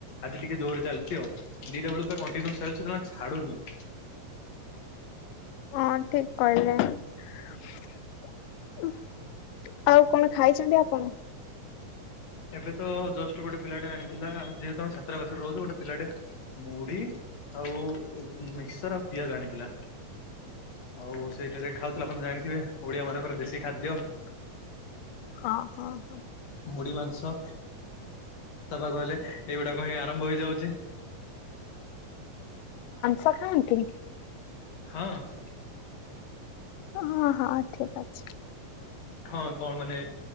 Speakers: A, on the left; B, on the left.
A: ଆଜି ଟିକେ ଜୋରରେ ଚାଲିଛି । ଛି ଆଉ ଦି ଟା ବେଳୁ କଣ୍ଟିନିଓସ୍ ଚାଲିଛ ଯମା ଛାଡୁନି ।
B: ହଁ ଠିକ କହିଲେ । ଆଉ କଣ ଖାଇଛନ୍ତି ଆପଣ ।
A: ଏବେ ତ ଜଷ୍ଟ ଗୋଟେ ପିଲାଟେ ଆଣିଥିଲା ଆମେ ଯେହେତୁ ଛାତାବାସରେ ରହୁଛୁ ଗୋଟେ ପିଲାଟେ ମୁଢି । ଆଉ ମିକ୍ସର ଆଉ ପିଆଜ ଆଣିଥିଲା । ଆଉ ସେଇ ଟାରେ ଖାଉଥିଲୁ ଆପଣ ଜାଣିଥିବେ ଓଡିଆ ମାନଙ୍କର ଦେଶୀ ଖାଦ୍ୟ ।
B: ହଁ ହଁ ହଁ ‌।
A: ମୁଢି ମାଂସ ତା ପାଗ ହେଲେ ଏଇଗୁଡାକ ହିଁ । ଆରମ୍ଭ ହେଇଯାଉଛି ।
B: ସ ଖାଆନ୍ତି ।
A: ହଁ ।
B: ହଁ ହଁ ଠିକ ଅଛି ।
A: ହଁ କଣ ମାନେ